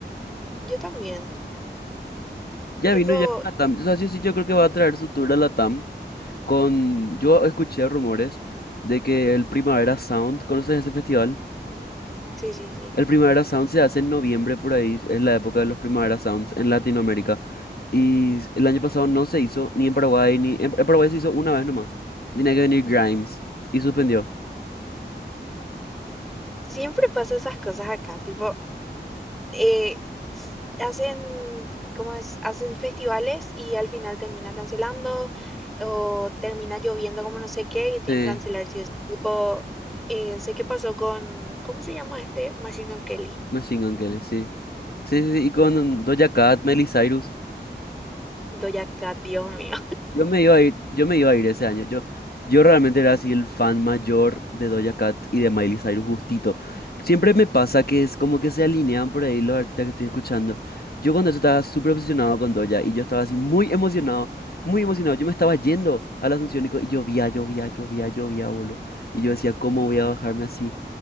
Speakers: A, in the centre; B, on the left.
A: Yo también,
B: Ya
A: tipo,
B: vino ya a Latam. O sea, sí, sí, yo creo que va a traer su tour a Latam. Con... Yo escuché rumores de que el Primavera Sound, ¿conoces ese festival?
A: sí, sí, sí.
B: El Primavera Sound se hace en noviembre por ahí, es la época de los Primavera Sounds en Latinoamérica. Y el año pasado no se hizo, ni en Paraguay, ni en, en Paraguay se hizo una vez nomás. Tenía que venir Grimes y suspendió.
A: Siempre pasa esas cosas acá, tipo, eh, s- hacen, ¿cómo es? Hacen festivales y al final termina cancelando o termina lloviendo como no sé qué y tienen
B: Sí,
A: que cancelar sí o sí. Tipo, eh, sé qué pasó con, ¿cómo se llama este? Machine Gun Kelly.
B: Machine Gun Kelly, sí. Sí, sí, sí, y con Doja Cat, Miley Cyrus.
A: Doja Cat, Dios mío.
B: Yo me iba a ir, yo me iba a ir ese año. Yo, yo realmente era así el fan mayor de Doja Cat y de Miley Cyrus justito. Siempre me pasa que es como que se alinean por ahí los artistas que estoy escuchando. Yo cuando eso estaba súper obsesionado con Doja y yo estaba así muy emocionado, muy emocionado. Yo me estaba yendo a la Asunción y co- y llovía, llovía, llovía, llovía, boludo. Y yo decía, ¿cómo voy a bajarme así?